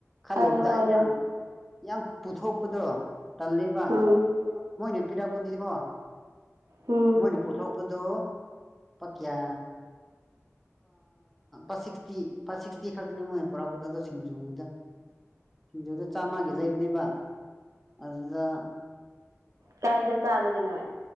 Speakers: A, in the centre; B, on the right.
A: ꯈꯜꯂꯨꯕꯗ
B: ꯍꯥꯏꯌꯣ ꯍꯥꯏꯌꯣ
A: ꯑꯩ ꯌꯥꯝ ꯌꯥꯝ ꯄꯨꯊꯣꯛꯄꯗꯣ ꯇꯜꯂꯤꯕ
B: ꯎꯝ
A: ꯃꯣꯏꯅ ꯄꯤꯔꯛꯄꯗꯨꯗꯤꯀꯣ
B: ꯎꯝ
A: ꯃꯣꯏꯅꯦ ꯄꯊꯣꯛ ꯗꯣ ꯄ ꯀꯌꯥ ꯑ ꯁꯤ ꯤ ꯁꯤꯛꯁꯇꯤ ꯈꯛꯇꯤꯅꯤ ꯃꯣꯏꯅ ꯄꯨꯔꯛꯄꯗ ꯑꯗꯣ ꯁꯤꯡꯖꯨꯗ ꯁꯤꯡꯖꯨꯗꯨ ꯆꯥꯝꯃꯒꯤ ꯂꯩꯕꯅꯦꯕ ꯑꯗꯨꯗ
B: ꯀꯥꯏꯖꯦ ꯆꯕꯒ ꯅꯦ